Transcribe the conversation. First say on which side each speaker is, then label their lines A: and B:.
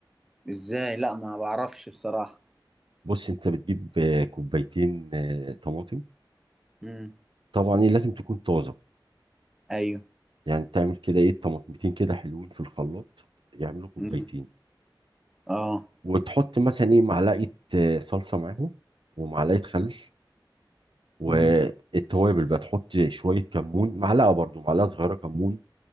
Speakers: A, in the centre; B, on the right.
A: ازاي لا ما بعرفش بصراحه
B: بص انت بتجيب آه، كوبايتين آه، طماطم
A: امم
B: طبعا ايه لازم تكون طازه
A: ايوه
B: يعني تعمل كده ايه طماطمتين كده حلوين في الخلاط يعملوا كوبايتين
A: امم اه
B: وتحط مثلا ايه معلقه آه، صلصه معاهم ومعلقه خل والتوابل
A: امم
B: بقى تحط شويه كمون معلقه برضو معلقه صغيره كمون